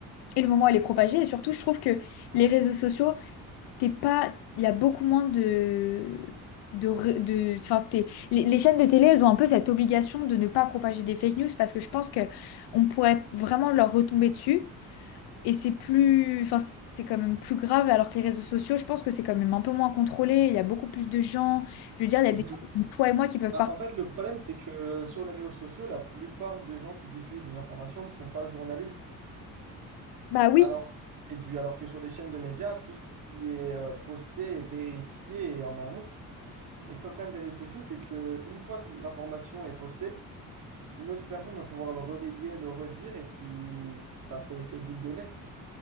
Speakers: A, on the left; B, on the right.
A: et le moment où elle est propagée. Et surtout, je trouve que les réseaux sociaux, t'es pas, il y a beaucoup moins de, de, ré- de- enfin, t'es- les, les chaînes de télé, elles ont un peu cette obligation de ne pas propager des fake news parce que je pense que on pourrait vraiment leur retomber dessus. Et c'est plus, enfin, c'est quand même plus grave, alors que les réseaux sociaux, je pense que c'est quand même un peu moins contrôlé. Il y a beaucoup plus de gens. Je veux dire, il
B: Mhm.
A: y a des gens comme toi et moi qui peuvent
B: Bah,
A: partager.
B: en fait, le problème, c'est que sur les réseaux sociaux, la plupart des gens qui diffusent des informations ne sont pas journalistes.
A: Bah oui,
B: Alors que, et du, alors que sur les chaînes de médias, tout ce qui est euh, posté est vérifié et en amont. Et le seul problème des réseaux sociaux, c'est que une fois que l'information est postée, Une autre personne va pouvoir le relayer, le redire, et puis ça fait effet boule de neige, quoi.